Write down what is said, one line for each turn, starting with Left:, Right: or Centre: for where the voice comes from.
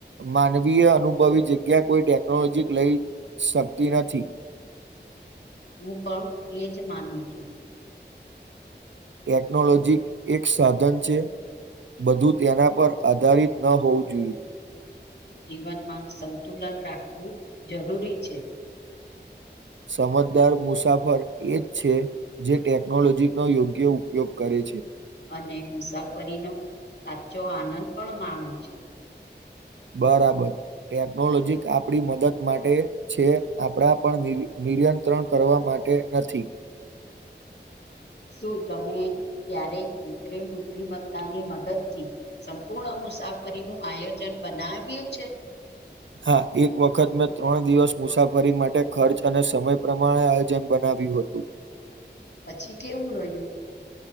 Right: માનવીય અનુભવી જગ્યા કોઈ ટેકનોલોજી લઈ શકતી નથી
Left: હું પણ એજ માનું છું
Right: ટેકનોલોજી એક સાધન છે બધું તેના પર આધારિત ન હોવું જોઈએ
Left: જીવનમાં સંતુલન રાખવું જરૂરી છે
Right: સમજદાર મુસાફર એ જ છે જે ટેકનોલોજીનો યોગ્ય ઉપયોગ કરે છે
Left: અને મુસાફરીનો સાચો આનંદ પણ માણે છે
Right: બરાબર ટેકનોલોજી આપણી મદદ માટે છે આપણા પણ નિયંત્રણ કરવા માટે માટે નથી
Left: શું તમે ક્યારે કૃત્રિમ બુદ્ધિમત્તાની મદદથી સંપૂર્ણ મુસાફરી નું આયોજન બનાવ્યું છે
Right: હા એક વખત મેં ત્રણ દિવસ મુસાફરી માટે ખર્ચ અને સમય પ્રમાણે આયોજન બનાવ્યું હતું
Left: પછી કેવું રહ્યું